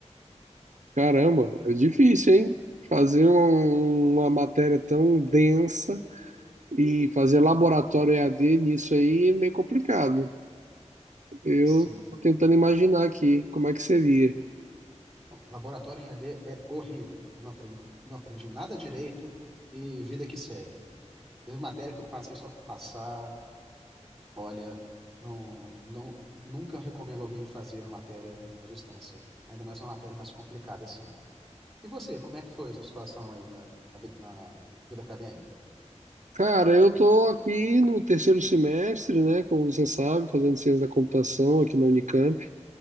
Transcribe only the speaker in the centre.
Sim.
Não, laboratório em EAD é horrível. Não aprendi, não aprendi nada direito e vida que segue. Teve matéria que eu passei só por passar. Olha, não, não, nunca recomendo alguém fazer a matéria à distância. Ainda mais uma matéria mais complicada assim. E você, como é que foi essa situação aí na, na vida acadêmica?